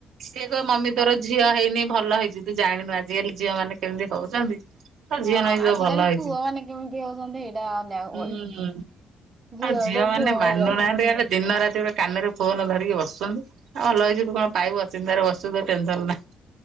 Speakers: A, on the right; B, on the right.
A: ସିଏ କହ ମମି ତୋର ଝିଅ ହେଇନି ଭଲ ହେଇଚି ତୁ ଜାଣିନୁ ଆଜିକାଲି ଝିଅ ମାନେ କେମିତି ହୋଉଚନ୍ତି। ଆ
B: ହଁ
A: ଝିଅ ନହେଇଚି
B: ଆଜିକାଲି
A: ତୋ ଭଲ ହେଇଚି
B: ପୁଅ ମାନେ କେମିତି ହଉଛନ୍ତି ଏଇଟା ଅନେଇବାକୁ
A: ଉଁ
B: ପଡିବ।
A: ହୁଁ
B: ଝିଅଠୁ
A: ଆ ଝିଅ ମାନେ
B: ପୁଅ ଭଳି
A: ମାନୁନାହାନ୍ତି
B: ଯାଉଛନ୍ତି
A: ଖାଲି ଦିନ ରାତି ସେଟେ କାନରେ ଫୋନ ଧରିକି ବସୁଛନ୍ତି ଆଉ ହୋ ଭଲହେଇଛି ତୁ କଣ ପାଇବୁ ଅଚିନ୍ତା ରେ ବସୁ ତ ଟେନସନ ନାହିଁ।